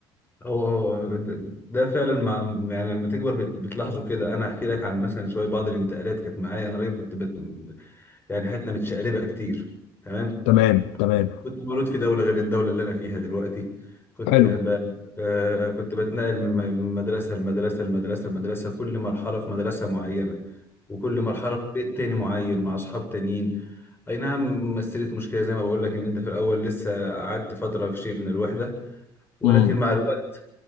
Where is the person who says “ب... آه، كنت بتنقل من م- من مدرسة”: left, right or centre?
Left